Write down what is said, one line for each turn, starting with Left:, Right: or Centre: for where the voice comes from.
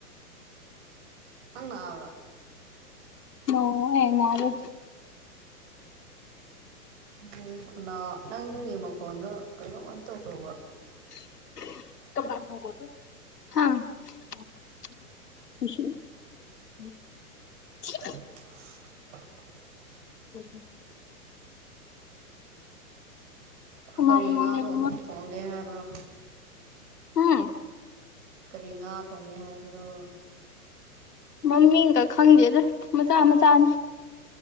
Right: ꯅꯪꯅ꯭ꯔ
Left: ꯑꯣꯟꯅꯔ
Right: ꯎꯝ ꯈꯨꯅꯥ ꯅꯪꯒꯤ ꯃꯈꯣꯟꯗꯣ ꯀꯩꯅꯣꯝꯃꯅ ꯇꯧ ꯇꯧꯕ
Left: <unintelligible> ꯀꯁꯤ
Right: <unintelligible>
Left: ꯎ ꯀꯅꯥ
Right: ꯀꯔꯤ
Left: ꯀꯅꯥ
Right: ꯉꯥꯅꯣ
Left: ꯂꯩ
Right: ꯊꯣꯡꯒꯦ ꯍꯥꯏꯕ꯭ꯔꯣ
Left: ꯎꯝ
Right: ꯀꯔꯤ ꯉꯥ ꯊꯣꯡꯒꯦ ꯍꯥꯏꯕ꯭ꯔꯣ
Left: ꯃꯃꯤꯡꯒ ꯈꯪꯗꯦꯗ ꯃꯆꯥ ꯃꯆꯥꯅꯤ